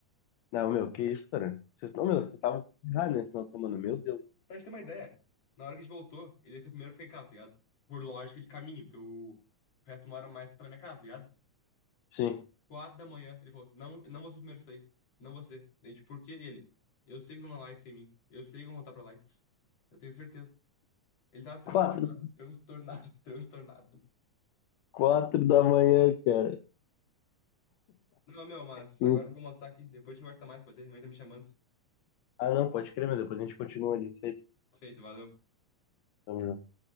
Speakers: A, on the left; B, on the left.
A: Não, meu, que isso, cara? Vocês,
B: Bom,
A: não, meu, vocês estavam errados nesse final de semana, meu Deus.
B: Pra gente ter uma ideia, na hora que a gente voltou, ele ia ser o primeiro a ficar em casa, tá ligado? Por lógica de caminho, porque o, o resto mora mais pra minha casa, tá ligado?
A: Sim.
B: Quatro da manhã, ele falou: Não, eu não vou ser o primeiro a sair. Não você. Daí a gente, por que ele? Eu sei que estão na Lights sem mim. Eu sei que vão voltar pra Lights. Eu tenho certeza. Ele tava transtornado,
A: Quatro,
B: transtornado, <laughs> transtornado.
A: quatro da manhã, cara.
B: Não, meu, mas
A: Tem-
B: agora eu vou mostrar aqui. Depois a gente conversa mais, pode ser? Minha mãe tá me chamando.
A: Ah, não, pode crer, meu. Depois a gente continua ali. Feito.
B: Feito, valeu.
A: Tamo junto.